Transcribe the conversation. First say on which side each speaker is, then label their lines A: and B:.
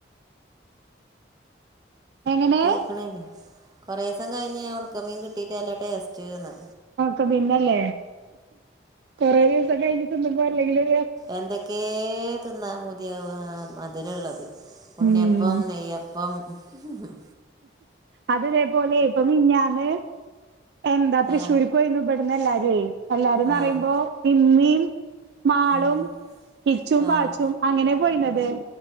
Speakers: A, on the right (about 60°); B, on the right (about 20°).
A: എങ്ങനെ
B: കേൾക്കണില്ല കുറേ ദിവസം കഴിഞ്ഞ് ഉണക്കമീൻ കിട്ടീട്ട്നല്ല ടേസ്റ്റ്ന്ന്
A: ആക്ക പിന്നല്ലേ കൊറേ ദിവസം കൈഞ്ഞ് തിന്നുമ്പോ അല്ലെങ്കിലും.
B: എന്തക്കെ തിന്നാ പൂതിയാവ്അ മധുരള്ളത്. ഉണ്ണ്യപ്പം,
A: ഉം
B: നെയ്യപ്പം ഹ്മ് ഹ്.
A: അത് ഇതേപോലെ ഇപ്പ മിഞ്ഞാന്ന്. എന്താ തൃശ്ശൂരി
B: ആഹ്
A: പോയിരുന്നു ഇവിട്ന്ന് എല്ലാരുഎ എല്ലാരുംന്ന്
B: ആഹ്
A: പറിംമ്പോ ഇമ്മിം. മാളും,
B: ഉം
A: ഇച്ചും,
B: ആഹ്
A: പാച്ചും. അങ്ങനെ പോയിന്നത്